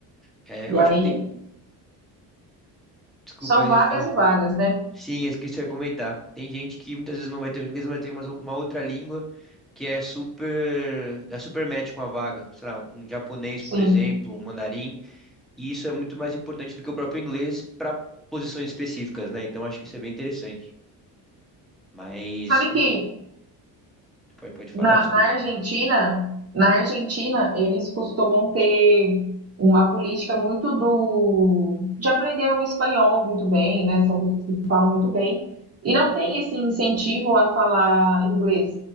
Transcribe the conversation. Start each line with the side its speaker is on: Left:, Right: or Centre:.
Centre: É, eu
Right: E
Centre: acho
Right: aí
Centre: que tem. Desculpa,
Right: são
Centre: eu
Right: vagas
Centre: ia falar.
Right: e vagas, né?
Centre: Sim, é isso que eu ia comentar. Tem gente que muitas vezes não vai ter o inglês, mas tem uma, uma outra língua que é super. dá super match com a vaga. Sei lá, um japonês,
Right: Sim.
Centre: por exemplo, um mandarim. E isso é muito mais importante do que o próprio inglês para posições específicas, né? Então acho que isso é bem interessante. Mas
Right: Sabe
Centre: um,
Right: que
Centre: pode, pode falar,
Right: Na,
Centre: desculpa.
Right: na Argentina, na Argentina, eles costumam ter uma política muito do de aprender o espanhol muito bem, né? São pessoas que falam muito bem e não tem esse incentivo a falar inglês.